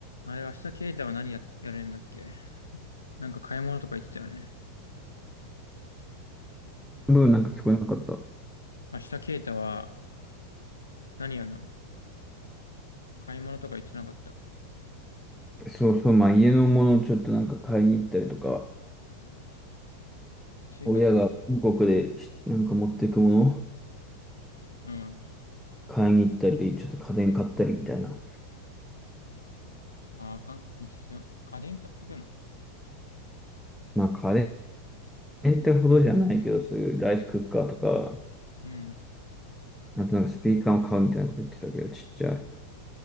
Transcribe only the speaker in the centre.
ブーなんか聞こえなかった。
そうそう、まあ家のものをちょっとなんか買いに行ったりとか、
親が韓国でしなんか持っていくもの
買いに行ったり、ちょっと家電買ったりみたいな。
まあ家電ってほどじゃないけど、そういうライスクッカーとか、
あとなんかスピーカーを買うみたいなこと言ってたけど、ちっちゃい。